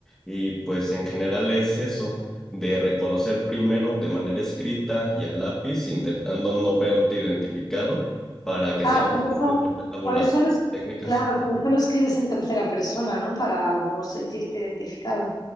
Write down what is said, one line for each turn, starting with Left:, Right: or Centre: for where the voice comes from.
Centre: Y pues en general es eso, de reconocer primero de manera escrita y a lápiz, intentando no verte identificado para que
Left: Ah,
Centre: sea más
Left: por
Centre: fácil
Left: eso,
Centre: llevar a cabo
Left: por
Centre: las
Left: eso lo es-
Centre: técnicas.
Left: claro, por eso lo escribes en tercera persona, ¿no? Para no sentirte identificado.